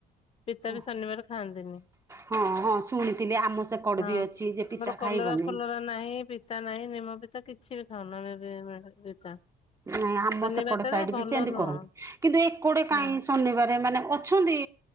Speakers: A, on the left (about 35°); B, on the right (about 15°).
A: ପିତା
B: ଓ
A: ବି ଶନିବାର ଖାଆନ୍ତିନି।
B: ହଁ ହଁ ଶୁଣିଥିଲି ଆମ ସେକଡ
A: ହଁ
B: ବି ଅଛି ଯେ ପିତା
A: ଆମର କଲରା
B: ଖାଇବନି।
A: ଫଲରା ନାହିଁ ପିତା ନାହିଁ ନିମ ପି ତା କିଛି ବି ଖାଉନୁ ଆମେ ଏବେ ବେ ପିତା।
B: ନାଇଁ ଆମ
A: ଶନି
B: ସେକଡ
A: ବାରରେ
B: ସାଇଡ
A: ଭଲ
B: ବି ସେନ୍ତି
A: ନୁହଁ
B: କରନ୍ତି କିନ୍ତୁ ଏକଡେ କାଇଁ
A: ହୁଁ।
B: ଶନିବାର ମାନେ ଅଛନ୍ତି